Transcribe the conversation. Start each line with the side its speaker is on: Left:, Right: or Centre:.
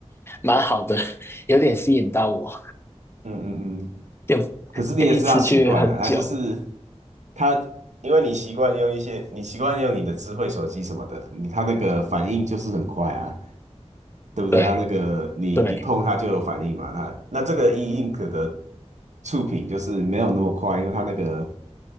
Left: 蛮好的，<laughs> 有点吸引到我。
Right: 嗯嗯嗯，
Left: 就
Right: 可是你也是要习惯了，
Left: 可以持续很久。
Right: 它就是它，因为你习惯用一些，你习惯用你的智慧手机什么的，你它那个反应就是很快啊，对不对？
Left: 对
Right: 它那个你一碰它就有反应嘛，
Left: 对，
Right: 它那这个 e-ink 的触屏就是没有那么快，因为它那个